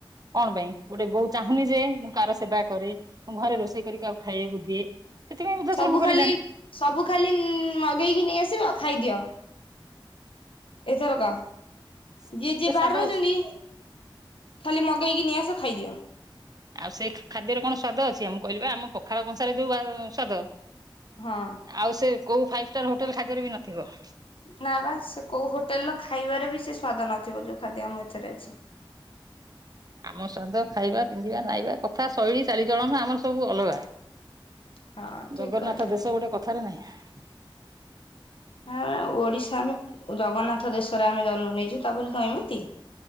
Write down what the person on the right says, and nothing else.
କଣ ପାଇଁ ଗୋଟେ ବୋଉ ଚାହୁଁନି ଯେ ମୁଁ କାହାର ସେବା କରେ ମୁଁ ଘରେ ରୋଷେଇ କରିକି କାକୁ ଖାଇବାକୁ ଦିଏ ସେଥିପାଇଁ ବୃଦ୍ଧାଶ୍ରମ
ଖୋଲିଲାଣି
ସେ
ଖାଦ୍ୟର
ସ୍ଵାଦ
ଅଛି।
ଆଉ ସେଇ ଖାଦ୍ୟର କଣ ସ୍ୱାଦ ଅଛି? ଆମକୁ କହିଲିବା ଆମ ପଖାଳ କଂସାରେ ଯୋଉ ସ୍ୱାଦ।
ଆଉ ସେ କୋଉ ଫାଇଭ ଷ୍ଟାର ହୋଟେଲ ଖାଦ୍ୟରେ ବି ନଥିବ।
ଆମ ସ୍ୱାଦ ଖାଇବା ପିନ୍ଧିବା ନାଇବା କଥା ଶୈଳୀ ଚାଲି ଚଳଣ ଆମର ସବୁ ଅଲଗା।
ଜଗନ୍ନାଥ
ଦେଶ ଗୋଟେ କଥାରେ ନାହିଁ